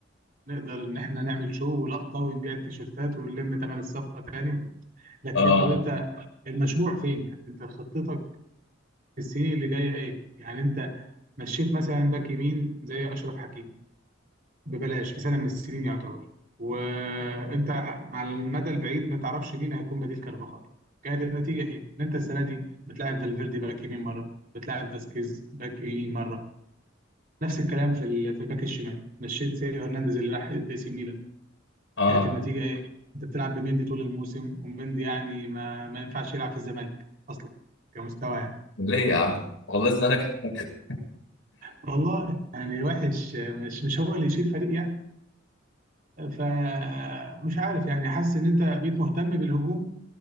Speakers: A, on the right; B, on the left.
A: نقدر ان احنا نعمل شو ولقطه ونبيع التيشيرتات ونلم ثمن الصفقه تاني لكن
B: اه
A: طب انت المشروع فين يعني انت خطتك السنين اللي جايه ايه يعني انت مشيت مثلا باك يمين زي اشرف حكيمي ببلاش في سنه من السنين يعتبر وانت على المدى البعيد ما تعرفش مين هيكون بديل كارفاخال كانت النتيجه ايه؟ ان انت السنه دي بتلاعب فالفيردي باك يمين مره بتلاعب فاسكيز باك يمين مره نفس الكلام في ال- في الباك الشمال مشيت سيو هرنانديز اللي راح اي سي ميلان
B: اه
A: كانت النتيجه ايه؟ انت بتلعب بمندي طول الموسم ومندي يعني ما ما ينفعش يلعب في الزمالك اصلا كمستوى يعني
B: ليه يا عم والله زمانك <laughs>
A: والله يعني وحش مش مش هو اللي يشيل فريق يعني فمش عارف يعني حاسس ان انت بقيت مهتم بالهجوم